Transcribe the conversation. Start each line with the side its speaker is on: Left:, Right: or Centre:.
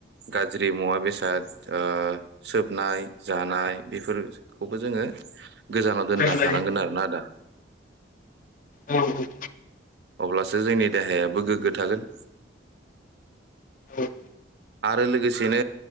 Right: गाज्रि मुवा बे दा आ ओ सोबनाय जानाय बेफोरखौबो जोङो गोजानाव
Left: रोंबाय
Right: दोननो हानांगोन आरो ना आदा
Left: औ औ
Right: अब्लासो जोंनि देहायाबो गोग्गो थागोन
Left: औ
Right: आरो लोगोसेनो